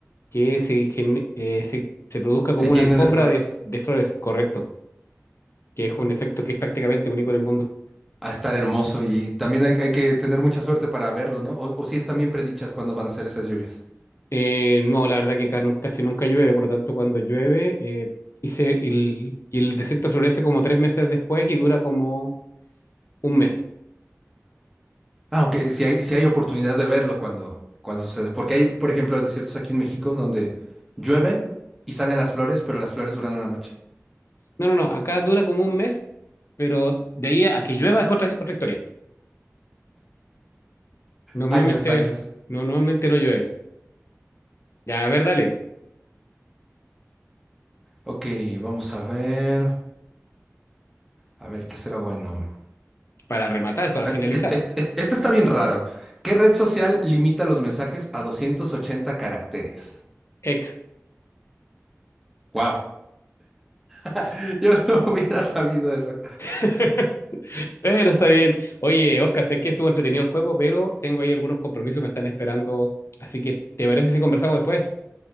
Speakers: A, on the left (about 55°); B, in the centre.
A: que se, gen- eh, se, se produzca como
B: Se llene
A: una alfombra
B: de flores.
A: de, de flores, correcto, que es un
B: ¿no?
A: efecto que es prácticamente único en el mundo.
B: A estar hermoso y también hay, hay que tener mucha suerte para verlo, ¿no? O, o si están bien predichas cuándo van a ser esas lluvias.
A: Eh, no, la verdad que acá nunca, casi nunca llueve, por lo tanto cuando llueve eh, y, se- y el, y el desierto florece como tres meses después y dura como un mes.
B: Aunque sí hay, sí hay oportunidad de verlo cuando, cuando sucede. Porque hay, por ejemplo, desiertos aquí en México donde llueve y salen las flores, pero las flores duran una noche.
A: No, no, no, acá dura como un mes, pero de ahí a que llueva es otra, otra historia. Normalmente
B: Años, años.
A: no, normalmente no llueve. Ya, a ver, dale,
B: Ok, vamos a ver. A ver, ¿qué será bueno?
A: para rematar, para
B: Eh,
A: finalizar.
B: es- es- es- Esta está bien rara. ¿Qué red social limita los mensajes a 280 caracteres?
A: Ex.
B: Wow, <laughs> yo no hubiera sabido eso.
A: <laughs> Pero está bien. Oye, Oscar, sé que estuvo entretenido el juego, pero tengo ahí algunos compromisos que me están esperando. Así que, ¿te parece si conversamos después?